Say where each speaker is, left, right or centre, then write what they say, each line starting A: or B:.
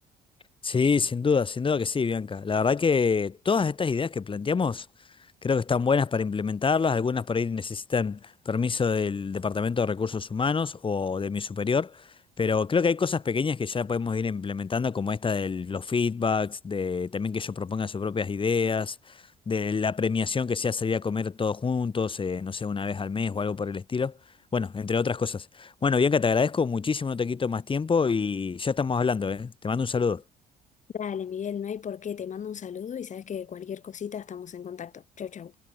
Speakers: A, on the left; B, on the left.
A: Sí, sin duda, sin duda que sí, Bianca. La verdad que todas estas ideas que planteamos creo que están buenas para implementarlas, algunas por ahí necesitan permiso del Departamento de Recursos Humanos o de mi superior, pero creo que hay cosas pequeñas que ya podemos ir implementando, como esta de los feedbacks, de también que ellos propongan sus propias ideas, de la premiación que sea salir a comer todos juntos, eh, no sé, una vez al mes o algo por el estilo. Bueno, entre otras cosas. Bueno, Bianca, te agradezco muchísimo, no te quito más tiempo y ya estamos hablando, ¿eh? Te mando un saludo.
B: Dale, Miguel, no hay por qué, te mando un saludo y sabes que cualquier cosita estamos en contacto. Chau, chau.